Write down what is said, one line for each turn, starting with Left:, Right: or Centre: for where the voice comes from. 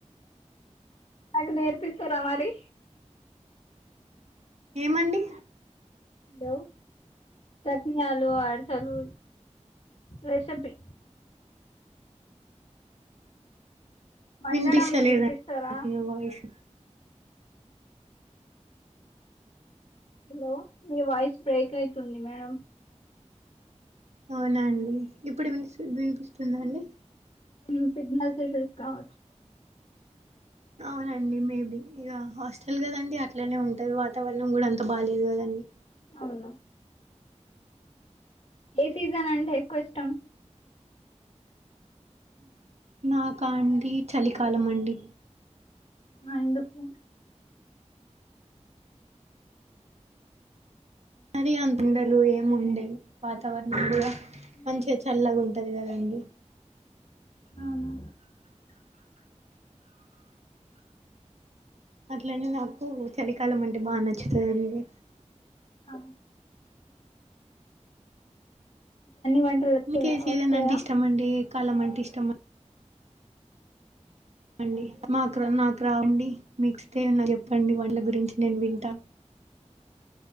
Left: నాకు నేర్పిస్తారమరి
Right: ఏమండి
Left: హలో చక్కిలాలు అరిసలు రెసిపీ వండడం
Right: వినిపిస్తలేదండివాయిసు
Left: నేర్పిస్తారా హలో మీ వాయిస్ బ్రేక్ అయితుంది మేడం
Right: అవునా అండి ఇప్పుడు విని వినిపిస్తుంద అండి
Left: ఉసిగ్నల్స్ ' ఇషుస్ కావచ్చు
Right: అవునండి మేబీ ఇక హాస్టల్ కదండి అట్లానే ఉంటారు వాతావరణం కూడా అంత బాగాలేదు కదండి
Left: అవును ఏ సీజన్ అంటే ఎక్కువ ఇష్టం
Right: ఉనాకా అండి చలికాలం అండి
Left: ఆ ఎందుకు
Right: మరి అంతుండలుఏముండేవి వాతావరణ కూడా
Left: మ్మ్.
Right: మంచిగా చల్లగా ఉంటు ఉంటదిగదండి
Left: అవున
Right: అట్లనే నాకు చలికాలం అంటే బాగానచ్చు తాదండి
Left: ఆ వంటలు వచ్చాయా
Right: మీకే సీజన్
Left: వస్తాయా
Right: అంటే ఇష్టమండి ఎ కాలం అంటే ఇష్టమండి అండి
Left: ఆ,
Right: మా అకరా నాక రావండి మీకొస్తే ఎవన్న చెప్పండి వంటల గురించి నేను వింటాను